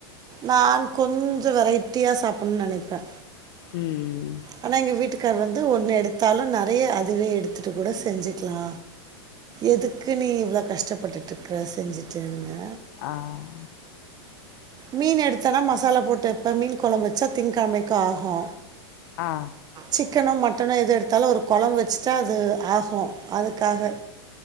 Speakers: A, on the right (about 30°); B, on the left (about 60°).
A: நான் கொஞ்ச வெரைட்டியா சாப்புட்ன் நெனைப்பே
B: உம் ம்
A: ஆனா எங்க வீட்டுக் கார் வந்து ஒன்னு எடுத்தாலு நெறையா அதுவே எடுத்துட்டு கூட செஞ்சுக்லா எதுக்கு நீ இவ்வளோ கஷ்டப்பட்டுட்ருக்க செஞ்சுட்டுன்னு
B: ஆஹ்
A: மீன் எடுத்தோனா மசாலா போட்டு வெப்ப மீன் கொழம் வெச்சா திங்கெழமைக்கு ஆஹு
B: ஆ
A: சிக்கனு மட் டனோ எது எடுத்தாலு ஒரு கொழம்ப் வச்சிட்டா அது ஆஹு அதுக்காக